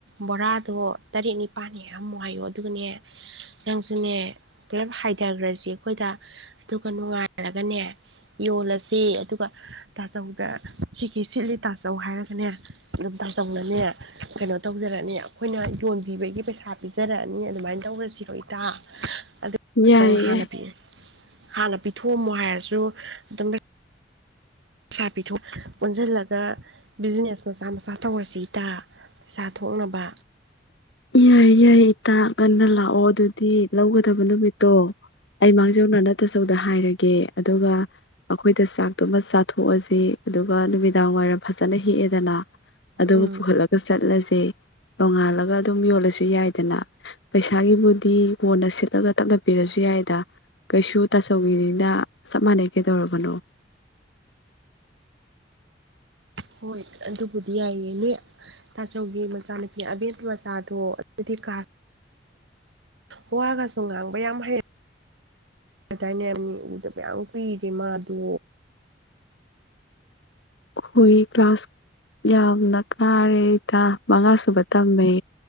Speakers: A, on the right (about 80°); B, on the left (about 75°).
A: ꯕꯣꯔꯥꯗꯣ ꯇꯔꯦꯠ ꯅꯤꯄꯥꯜꯅꯦ ꯌꯥꯝ ꯍꯥꯏꯌꯣ ꯑꯗꯨꯒꯅꯦ ꯅꯪꯁꯨꯅꯦ ꯄꯨꯂꯞ ꯍꯥꯏꯗꯈ꯭ꯔꯁꯤ ꯑꯩꯈꯣꯏꯗ ꯑꯗꯨꯒ ꯅꯨꯡꯉꯥꯏꯔꯒꯅꯦ ꯌꯣꯜꯂꯁꯤ ꯑꯗꯨꯒ ꯇꯥꯆꯧꯗ ꯁꯤꯒꯤ ꯁꯤꯠꯂꯤ ꯇꯥꯆꯧ ꯍꯥꯏꯔꯒꯅꯦ ꯑꯗꯨꯝ ꯇꯥꯆꯧꯅꯅꯦ ꯀꯩꯅꯣ ꯇꯧꯖꯔꯛꯑꯅꯤ ꯑꯩꯈꯣꯏꯅ ꯌꯣꯟꯕꯤꯕꯒꯤ ꯄꯩꯁꯥ ꯄꯤꯖꯔꯛꯑꯅꯤ ꯑꯗꯨꯃꯥꯏꯅ ꯇꯧꯔꯁꯤ ꯍꯣꯏꯇꯥ ꯑꯗꯨꯗꯧꯅ
B: ꯌꯥꯏꯌꯦ
A: ꯍꯥꯟꯅ
B: ꯌꯥꯏ
A: ꯄꯤꯛꯏ ꯍꯥꯟꯅ ꯄꯤꯊꯣꯛꯑꯝꯃꯣ ꯍꯥꯏꯔꯁꯨ ꯑꯗꯨꯝ ꯥ ꯄꯩꯁꯥ ꯄꯤꯊꯣꯛ ꯑꯣꯟꯁꯤꯜꯂꯒ ꯕꯤꯖꯤꯅꯦꯁ ꯃꯆꯥ ꯃꯆꯥ ꯇꯧꯔꯁꯦ ꯏꯇꯥ ꯄꯩꯁꯥ ꯊꯣꯛꯅꯕ
B: ꯌꯥꯏ ꯌꯥꯏ ꯏꯇꯥ ꯉꯟꯅ ꯂꯥꯀꯑꯣ ꯑꯗꯨ ꯗꯤ ꯂꯧꯒꯗꯕ ꯅꯨꯃꯤꯠꯇꯣ ꯑꯩ ꯃꯥꯡꯖꯧꯅ ꯅꯠꯇꯁꯧꯗ ꯍꯥꯏꯔꯒꯦ ꯑꯗꯨꯒ ꯑꯩꯈꯣꯏꯗ ꯆꯥꯛꯇꯨꯃ ꯆꯥꯊꯣꯛꯑꯁꯤ ꯑꯗꯨꯒ ꯅꯨꯃꯤꯗꯥꯡ ꯋꯥꯏꯔꯝ ꯐꯖꯅ ꯍꯦꯛꯑꯦꯗꯅ ꯑꯗꯨꯒ
A: ꯎꯝ
B: ꯄꯨꯈꯠꯂꯒ ꯆꯠꯂꯁꯦ ꯅꯣꯡꯉꯥꯜꯂꯒ ꯑꯗꯨꯝ ꯌꯣꯜꯂꯁꯨ ꯌꯥꯏꯗꯅ ꯄꯩꯁꯥꯒꯤꯕꯨꯗꯤ ꯀꯣꯟꯅ ꯁꯤꯠꯂꯒ ꯇꯞꯅ ꯄꯤꯔꯁꯨ ꯌꯥꯏꯗ ꯀꯩꯁꯨ ꯇꯥꯆꯧꯒꯤꯅꯤꯅ ꯆꯞ ꯃꯥꯟꯅꯩ ꯀꯩꯗꯧꯔꯕꯅꯣ
A: ꯍꯣꯏ ꯑꯗꯨꯕꯨꯗꯤ ꯌꯥꯏꯌꯦ ꯅꯣꯏ ꯇꯥꯆꯧꯒꯤ ꯃꯆꯥꯅꯨꯄꯤ ꯑꯕꯦꯝꯃ ꯃꯆꯥꯗꯣ ꯑꯗꯨꯗꯤ ꯀꯂ꯭ꯥꯁ ꯋꯥꯒꯁꯨ ꯉꯥꯡꯕ ꯌꯥꯝ ꯍꯩꯔ ꯀꯗꯥꯏꯅꯦ ꯑꯅꯤ ꯎꯗꯕ ꯌꯥꯝ ꯀꯨꯏꯔꯦ ꯃꯥꯗꯣ
B: ꯍꯣꯏ ꯀ꯭ꯂꯥꯁ ꯌꯥꯝꯅ ꯀꯥꯔꯦꯗ ꯃꯉꯥꯁꯨꯨꯕ ꯇꯝꯃꯦ